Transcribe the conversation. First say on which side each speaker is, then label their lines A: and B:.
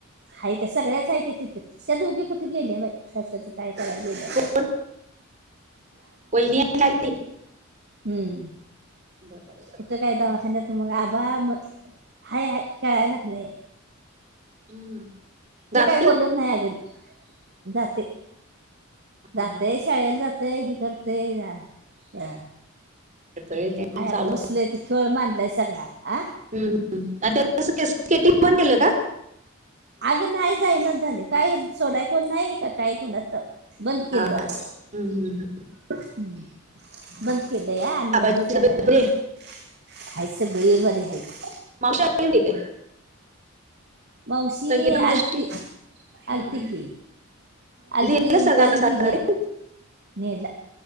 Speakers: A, on the right; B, on the right.
A: हं ते सगळ्यांचं आहेतं ते तिथं त्यां दोघे कुंठे गेले बाई कशाचं कायं करायं गेलं
B: कोण वहिनी नाहीं आहे नायंकी
A: हम्मं
B: बरं
A: कुठं कायं दवाखान्यांत मंग आंबा मंग हायं हायं खेळायलां लागलं
B: हम् जात
A: ते काय बोलत नाही अगं जाते जात.
B: हा हा
A: शाळेला जात हि करते त्या
B: चालू
A: हाय आता बसलेय त. खेळ माांधलाय सगळा आं
B: ह् आणि त्या केटिंग बंद केलं का.
A: अग नाही जायना झाले काय सोडाय कोण नाही का काय कोण आता. बंद केले
B: हा
A: वाट
B: अच्छा हम्म हम्म हम्म.
A: हम्. बंद केलं या आणि
B: बाबांची
A: हे करायला
B: तब्येत बरी
A: हलं
B: आहे
A: खायचं वे बर घ्यायचं.
B: मावशली काय?
A: माऊशी
B: संगीता मावशी
A: आलती
B: हम्म.
A: आलती की. अल
B: नेलं
A: त
B: सगळं
A: कलगलय
B: पसारा रे
A: नेल.